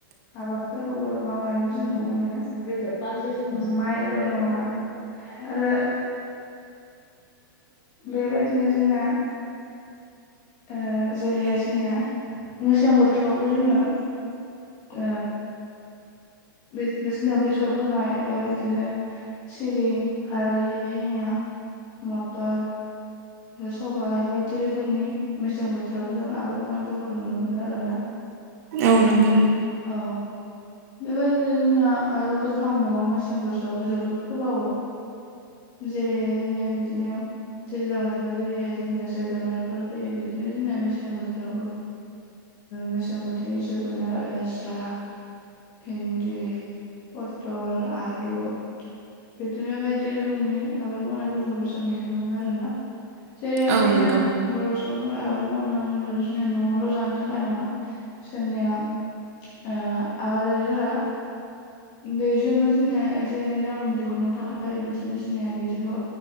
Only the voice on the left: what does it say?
आबादफोरखौबो मावनायखौ जों नुनो मोनो माइल' नङा आरो बेबायदिनो जोंना ओ जेरैहाय जोंनिया मेसें बोथोरावबो जोङो ओ बिदिनो जोंनिया बेसर फोनाय बा बिदिनो सिबिं आरो जोंनिया मटर आरो सबाय बायदि रोखोमनि मेसें बोथोराव जों आबाद मावनायफोरखौ नुनो मोनो आरोना
औ बेबायदिनो जोंनिया आरो गोथां मैगं मेसें बोथोरावबो जोबोद फोबावो जेरै जोंनिया बिदिनो दैज्लां बोथोराव जेरैहाय जोंनिया जोगोनारफोर फैयो बिदिनो जोंना मेसें बोथोरावबो मेसें बोथोरनि जोगोनार लेस्रा भिन्दि पटल आलु बिदिनो बायदि रोखोमनि आबाद मावनायफोरखौबो जों नुनो मोनो आरोना जेरैहाय
जोंनिया
बर' सुबुंफोरा आबाद मावनो होनोब्ला' जोंनिया न'आवल' जानो थाखाय नङा जोंनिया ओ आबादारिफोरा बेजोंनो जोंनिया एसे एनै रां दिहुननो थाखाय बिदिनो जोंनिया बिदिखौ